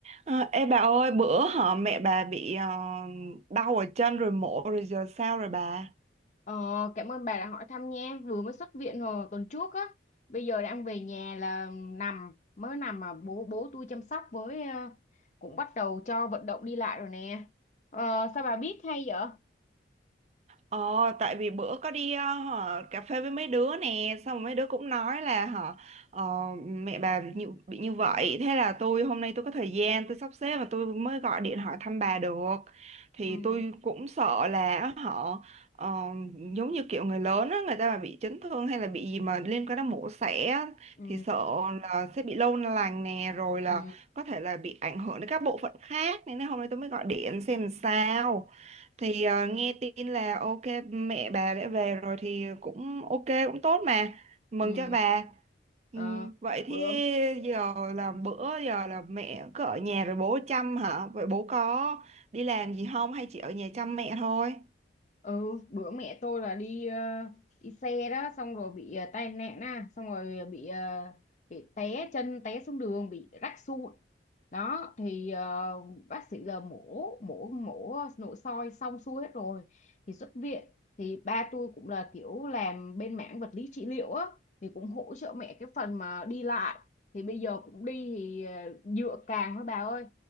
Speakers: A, on the right (about 35°); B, on the left (about 40°).
A: À, ê bà ơi, bữa họ mẹ bà bị ờ, đau ở chân rồi mổ rồi giờ sao rồi bà?
B: Ờ, cảm ơn bà đã hỏi thăm nha. Vừa mới xuất viện hồi tuần trước á. Bây giờ đang về nhà là nằm, mới nằm mà bố bố tôi chăm sóc với ờ, cũng bắt đầu cho vận động đi lại rồi nè. Ờ, sao bà biết hay vậy?
A: Ờ, tại vì bữa có đi ờ, hả, cà phê với mấy đứa nè xong rồi mấy đứa cũng nói là hả ờ, mẹ bà bị như, bị như vậy thế là tôi hôm nay tôi có thời gian tôi sắp xếp và tôi mới gọi điện hỏi thăm bà được thì
B: Ừ,
A: tôi cũng sợ là họ ờ, giống như kiểu người lớn á, người ta mà bị chấn thương hay là bị gì mà liên quan đến mổ xẻ á,
B: ừ,
A: thì sợ là sẽ bị lâu lành nè rồi là
B: ừ,
A: có thể là bị ảnh hưởng đến các bộ phận khác nên hôm nay tôi mới gọi điện xem sao thì ờ, nghe tin là ok mẹ bà đã về rồi thì cũng ok cũng tốt mà mừng
B: ừ.
A: cho bà
B: Ờ,
A: Ừm, vậy thì
B: bữa
A: giờ là bữa giờ là mẹ cứ ở nhà rồi bố chăm hả vậy bố có đi làm gì không hay chỉ ở nhà chăm mẹ thôi
B: ừ bữa mẹ tôi là đi ờ, đi xe đó xong rồi bị ờ, tai nạn á xong rồi bị ờ, bị té chân té xuống đường bị rách sụn đó thì ờ, bác sĩ giờ mổ mổ mổ nội soi xong xuôi hết rồi thì xuất viện thì ba tôi cũng là kiểu làm bên mảng vật lý trị liệu á thì cũng hỗ trợ mẹ cái phần mà đi lại thì bây giờ cũng đi thì ờ, dựa càng thôi bà ơi